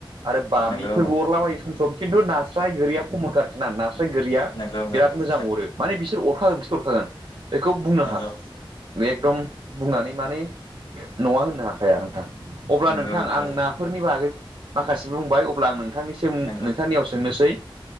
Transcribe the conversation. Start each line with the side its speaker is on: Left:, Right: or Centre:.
Right: आरो बामिफोरबो
Left: नंगौ नंगौ
Right: अरलाबायो। खिन्थु नास्राय गीरिया खमन खा आरोखि ना नास्राय गोरिया
Left: नंगौ
Right: बिराद
Left: नंगौ
Right: मोजां अरो माने बिसोर अरखागोनसे अरखागोन बेखौ बुंनो
Left: नंगौ
Right: हागौ। एखदम बुंनानै माने नङा होननो हाखाया नोंथां अब्ला
Left: नंगौ
Right: नोंथां
Left: नंगौ
Right: आं नाफोरनि बागै माखासे बुंबाय अब्ला आं नोंथांनि सिम
Left: नंगौ
Right: नोंथांनियाव सोंनोसै